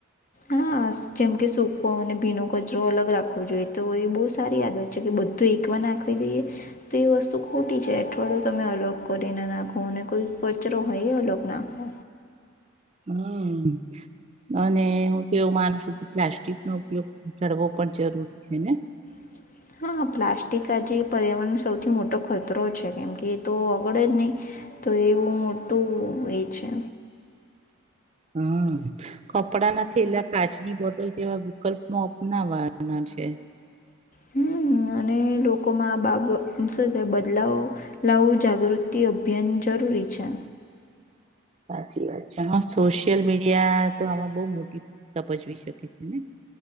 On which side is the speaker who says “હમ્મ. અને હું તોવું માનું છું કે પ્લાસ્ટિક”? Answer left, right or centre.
Right